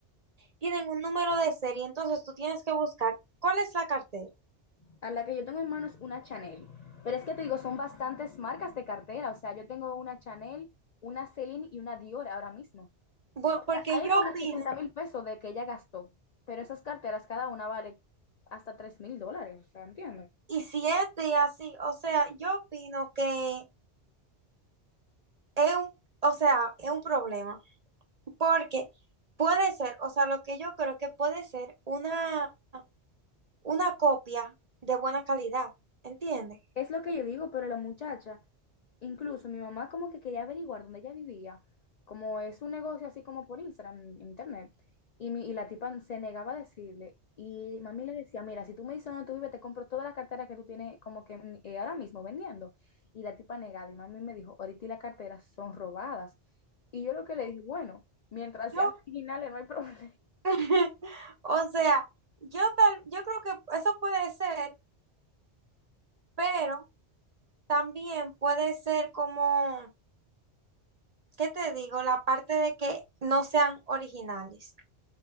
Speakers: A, on the right; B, on the left.
A: tienen un número de serie, entonces tú tienes que buscar cuál es la cartera.
B: A la que yo tengo en mano es una Chanel, pero es que te digo, son bastantes marcas de cartera, o sea, yo tengo una Chanel, una Celine y una Dior ahora mismo.
A: Bu- Porque
B: Hay
A: yo
B: como
A: opino,
B: 60 mil pesos de que ella gastó, pero esas carteras cada una vale hasta 3 mil dólares, o sea, entiendo.
A: y si es de así, o sea, yo opino que es un, o sea, es un problema, porque puede ser, o sea, lo que yo creo que puede ser una, una copia de buena calidad, ¿entiendes?
B: Es lo que yo digo, pero la muchacha, incluso mi mamá como que quería averiguar dónde ella vivía, como es un negocio así como por Instagram, en internet, y, mi, y la tipa se negaba a decirle, y mami le decía, mira, si tú me dices dónde tú vives, te compro toda la cartera que tú tienes como que mm, eh, ahora mismo vendiendo. Y la tipa negada, y mami me dijo, ahorita y la cartera son robadas. Y yo lo que le dije, bueno, mientras
A: Yo,
B: sean originales no hay <laughs> problema.
A: <laughs> o sea, yo tal, yo creo que eso puede ser, pero también puede ser como ¿Qué te digo? La parte de que no sean originales.